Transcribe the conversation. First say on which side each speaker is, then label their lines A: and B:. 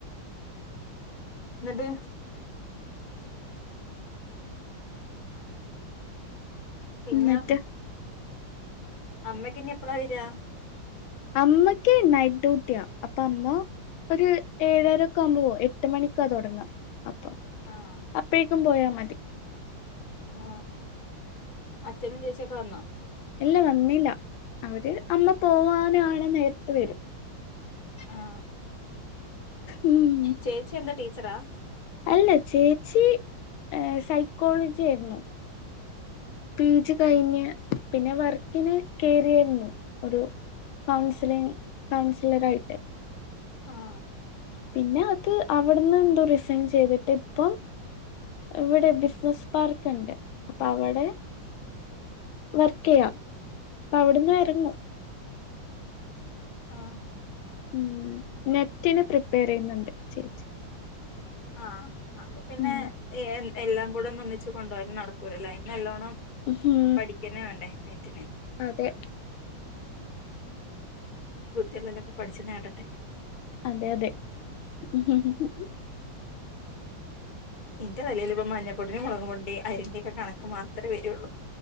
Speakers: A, on the left (about 30°); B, on the left (about 85°).
A: എന്നിട്ട്. പിന്നെയോ?
B: എന്നിട്ട്
A: അമ്മക്ക് ഇനി എപ്പഴാ വരാ?
B: അമ്മക്ക് നൈറ്റ് ഡ്യൂട്ടിയാ അപ്പൊ അമ്മ. ഒരു ഏഴായിരൊക്കെ ആവുമ്പോ പോ എട്ട് മണിക്കാ തുടങ്ങാ അപ്പൊ.
A: ആ.
B: അപ്പോഴേക്കും പോയാൽ മതി.
A: ആ അച്ഛനും ചേച്ചിയൊക്കെ വന്നോ?
B: ഇല്ലാ വന്നില്ല അവര് അമ്മ പോവാനാണ് നേരത്ത് വരും.
A: ആഹ
B: ഉം
A: ചേച്ചി എന്താ ടീച്ചറാ
B: അല്ല ചേച്ചി സൈക്കോളജി ആയിരുന്നു പിജി കഴിഞ്ഞ് പിന്നെ വർക്ക്ന് കേറിയാര്ന്നു ഒരു കൗൺസിലിങ് കൗൺസിലറായിട്ട്
A: ആഹ്
B: പിന്നത് അവ്ട്ന്ന് എന്തോ റിസൈൻ ചെയ്തിട്ട് ഇപ്പം ഇവടെ ബിസ്സ്നസ് പാർക്ക്ണ്ട് അപ്പ അവടെ വർക്കെയ്യാ അപ്പ അവ്ട്ന്ന് വര്ന്ന
A: ആഹ്
B: ഹ്മ്മ് നെറ്റിന് പ്രിപ്പയറെയ്യുന്നുണ്ട് ചേച്ചി
A: ആഹ് അപ്പൊ പിന്നെ
B: ഉം
A: ഏഹ് എല്ലാം കൂട ഒന്ന് ഒന്നിച്ച് കൊണ്ടോല് നടക്കൂലലൊ അയ്ന് നല്ലോണം
B: ഉം
A: പഠിക്കെന്നെ വേണ്ടേ നെറ്റിന്
B: അതെ
A: ബുദ്ധിള്ളോല്ലൊക്കെ പഠിച്ച് നേടട്ടെ
B: അതെ അതെ <inaudible>
A: ഇന്റെ തലേല് ഇപ്പ മഞ്ഞപ്പൊടിന്റിം മൊളക്പൊടിന്റെ അരിന്റെക്കെ കണക്ക് മാത്രേ വരൊള്ളൂ